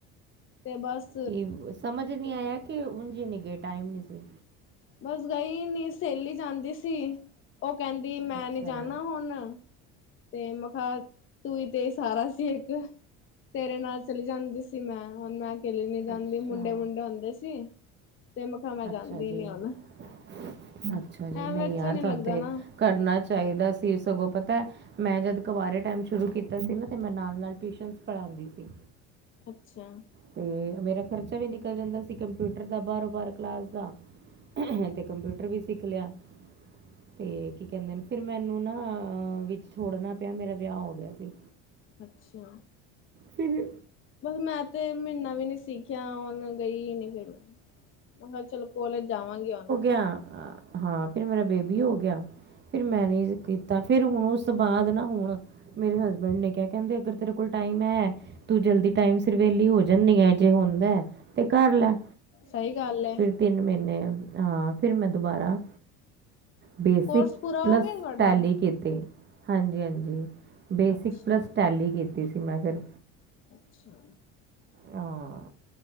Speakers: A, on the left (about 40°); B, on the right (about 35°).
A: ਤੇ ਬਸ
B: ਕਿ ਸਮਝ ਨਹੀਂ ਆਇਆ ਕਿ ਉਂਝ ਨਹੀਂ ਗਏ ਟਾਈਮ ਨਹੀਂ ਸੀ।
A: ਬਸ ਗਈ ਨੀ ਸਹੇਲੀ ਜਾਂਦੀ ਸੀ ਉਹ ਕਹਿੰਦੀ ਮੈਂ
B: ਅੱਛਾ
A: ਨੀ ਜਾਣਾ ਹੁਣ ਤੇ ਮੈਂ ਕਿਹਾ ਤੂੰ ਹੀ ਤੇ ਸਹਾਰਾ ਸੀ ਇੱਕ। ਤੇਰੇ ਨਾਲ ਚਲੀ ਜਾਂਦੀ ਸੀ ਮੈਂ ਹੁਣ ਮੈਂ ਅਕੇਲੀ ਨੀ ਜਾਂਦੀ
B: ਅੱਛਾ
A: ਮੁੰਡੇ- ਮੁੰਡੇ ਹੁੰਦੇ ਸੀ। ਤੇ ਮੈਂ ਕਿਹਾ ਮੈਂ ਜਾਂਦੀ
B: ਅੱਛਾ ਜੀ-
A: ਨੀ ਹੁਣ
B: ਅੱਛਾ ਜੀ।
A: ਐਵੇਂ
B: ਨਈ
A: ਅੱਛਾ
B: ਯਾਰ
A: ਨੀ
B: ਤਹਾਨੂੰ
A: ਲੱਗਦਾ
B: ਤੇ
A: ਨਾ
B: ਕਰਨਾ ਚਾਈਦਾ ਸੀ ਸਗੋਂ ਪਤੈ ਮੈਂ ਜਦ ਕਵਾਰੇ ਟੈਮ ਸ਼ੁਰੂ ਕੀਤਾ ਸੀ ਨਾ ਤੇ ਮੈਂ ਨਾਲ-ਨਾਲ ਟੂਇਸ਼ਨਸ ਪੜਾਂਦੀ ਸੀ।
A: ਅੱਛਾ।
B: ਤੇ ਮੇਰਾ ਖਰਚਾ ਵੀ ਨਿਕਲ ਜਂਦਾ ਸੀ ਕੰਪਿਊਟਰ ਦਾ ਬਾਰੋਂ ਬਾਰ ਕਲਾਸ ਦਾ। ਅਤੇ ਕੰਪਿਊਟਰ ਵੀ ਸਿੱਖ ਲਿਆ। ਤੇ ਕੀ ਕਹਿੰਦੇ ਨੇ ਫਿਰ ਮੈਨੂੰ ਨਾ ਵਿੱਚ ਛੋੜਨਾ ਪਿਆ ਮੇਰਾ ਵਿਆਹ ਹੋ ਗਿਆ ਸੀ।
A: ਅੱਛਾ।
B: ਫਿਰ
A: ਬਸ ਮੈਂ ਤੇ ਮਹੀਨਾ ਵੀ ਨੀ ਸਿੱਖਿਆ ਹੁਣ ਗਈ ਨੀ ਫਿਰ ਮੈਂ ਮੈਂ ਕਿਹਾ ਚਲੋ ਕੋਲੇਜ ਜਾਵਾਂਗੇ ਹੁਣ।
B: ਜਾਂ ਹਾਂ, ਫਿਰ ਮੇਰਾ ਬੇਬੀ ਹੋ ਗਿਆ ਫਿਰ ਮੈਂ ਨਹੀ ਕੀਤਾ ਫਿਰ ਹੁਣ ਉਸ ਤੋਂ ਬਾਅਦ ਨਾ ਹੁਣ ਮੇਰੇ ਹਸਬੈਂਡ ਨੇ ਕਿਹਾ ਕਹਿੰਦੇ ਅਗਰ ਤੇਰੇ ਕੋਲ ਟਾਈਮ ਹੈ ਤੂੰ ਜਲਦੀ ਟਾਈਮ ਸਿਰ ਵੇਲੀ ਹੋ ਜਾਂਦੀ ਆ, ਜੇ ਹੁੰਦਾ ਤੇ ਕਰ ਲੈ
A: ਸਹੀ ਗੱਲ ਹੈ।
B: ਤਿੰਨ ਮਹੀਨੇ ਹਾਂ ਫਿਰ ਮੈਂ ਦੁਬਾਰਾ ਬੇਸਿਕ
A: ਕੋਰਸ ਪੂਰਾ
B: ਪਲਸ
A: ਹੋ ਗਿਆ ਤੁਹਾਡਾ
B: ਟੈਲਿਕ ਕੀਤੀ। ਹਾਂਜੀ- ਹਾਂਜੀ, ਬੇਸਿਕ
A: ਅੱਛਾ
B: ਪਲੱਸ ਟੈਲੀ ਕੀਤੀ ਸੀ ਮੈਂ ਫਿਰ
A: ਅੱਛਾ।
B: ਹਾਂ,